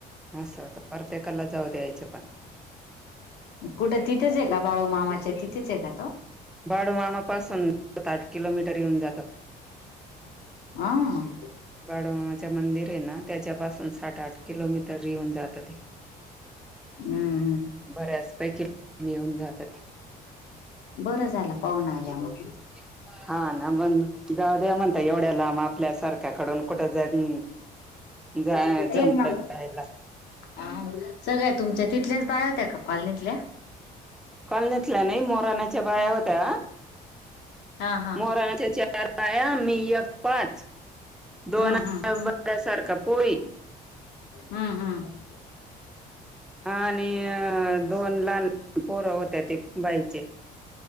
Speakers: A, in the centre; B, on the left.
A: असं होतं, परत्येकाला जाऊ द्यायचे पण.
B: कुठे तिथेच हायका, बाळू मामाच्या तिथेच हायका तो?
A: बाळू मामा पासून सात आठ किलोमीटर येऊन जातं.
B: आं.
A: बाडूमामाच मंदिर हायना त्याच्या पाासून साठ आठ किलोमीटर येऊन जातं ते. <inaudible>
B: अं.
A: बऱ्याच पैकी <unintelligible> येऊन जात ते.
B: बरं झालं पाहुणं आल्यामुळं.
A: <unintelligible> हा ना, पण जाऊ द्या म्हणता एवढ्या लांब आपल्या सारख्याकडून कुठं जाई. जाय
B: तेच
A: जमता
B: ना
A: जायला
B: हा ना. सगळ्या तुमच्या तिथल्याच बाया होत्या का कॉलनीतल्या?
A: कॉलनितल्या नाही मोरानाच्या बाया होत्या.
B: हा हा
A: मोराण्याचा चार बाया आणि मी एक पाच. दोन
B: हम्म
A: <unintelligible>
B: हम्म हम्म हम्म
A: <inaudible> हा आणि दोन लहान पोरं होत्या ते बाईचे.